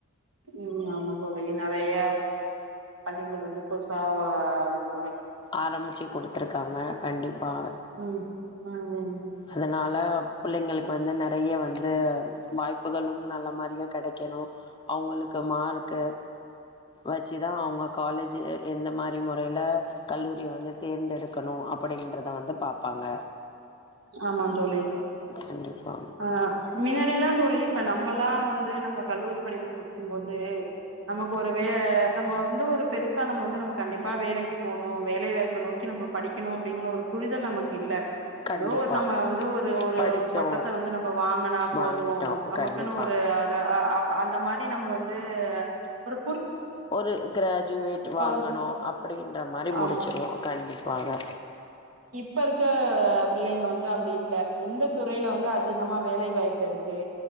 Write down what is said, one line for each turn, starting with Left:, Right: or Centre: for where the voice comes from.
Right: ம் ஆமா தோழி நிறைய ஆ பள்ளிகள் வந்து புதுசா வந்திரு
Left: ஆரம்பிச்சு குடுத்துருக்காங்க கண்டிப்பா
Right: உஹம் உஹம் உ
Left: அதனால பிள்ளைங்களுக்கு வந்து நிறைய வந்து வாய்ப்புகளும் நல்ல மாரியா கிடைக்கணும் அவங்களுக்கு மார்க்க வச்சுதான் அவங்க காலேஜ் எந்த மாரி முறையில கல்லூரிய வந்து தேர்ந்தெடுக்கணு அப்படின்றத வந்து பாப்பாங்க
Right: ஆமா தோழி
Left: கண்டிப்பா
Right: ஆஹ் மினத் இப்பெல்லாம தோழி இப்ப நம்மல்லா வந்து நம்ம கல்லூரி படிப்பு முடிக்கும் போது நமக்கு ஒருவே நம்ம வந்து ஒரு பெருசா நம்ம வந்து நம்ம கண்டிப்பா வேலைக்கு போணும் வேலை வாய்ப்ப நோக்கி நம்ம படிக்கணு அப்படிங்கிற ஒரு புரிதல் நமக்கில்ல
Left: கண்டிப்பா
Right: ஏதோ ஒரு நம்ம வந்து ஒரு ஒரு
Left: படிச்சோ
Right: ஒரு பட்டத்த வந்து நம்ம வாங்கனா போதும்
Left: வாங்கிட்டோ
Right: நமக்குன்னு
Left: கண்டிப்பா
Right: ஒரு அ அந்த மாரி நம்ம வந்து ச் ஒர்
Left: ஒரு கிராஜுவேட் வாங்கணு
Right: இருக்கு
Left: அப்படின்ற மாரி முடிச்சிருவோம்
Right: ஆமா
Left: கண்டிப்பாக
Right: இப்பருக்கு பிள்ளைங்க வந்து அப்படி இல்ல எந்த துறையில வந்து அதிகமா வேலை வாய்ப்பு இருக்கு